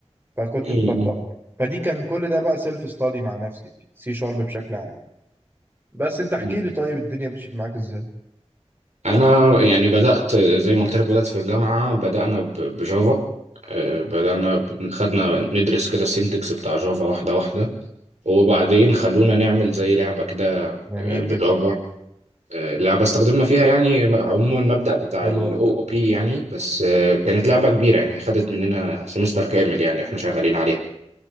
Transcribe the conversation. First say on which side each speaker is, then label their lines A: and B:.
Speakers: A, on the right; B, on the right.
A: فكنت
B: مم.
A: اخترتها فدي كان كل ده بقى سيلف ستادي مع نفسي سي شارب بشكل عام بس أنت احكي
B: مم.
A: لي طيب الدنيا مشيت معاك إزاي؟
B: انا يعني بدات زي ما قلت لك بدات في الجامعه بدانا ب- بجافا آه، بدانا ب- خدنا ندرس كده السينتكس بتاع جافا واحده واحده وبعدين خلونا نعمل زي لعبه كده
A: جميل
B: آه، بجافا
A: جدا
B: آه، لعبة استخدمنا فيها يعني عموما المبدأ بتاع
A: حلو
B: ال OOP يعني بس آه، كانت لعبة كبيرة يعني خدت مننا سمستر كامل يعني احنا شغالين عليها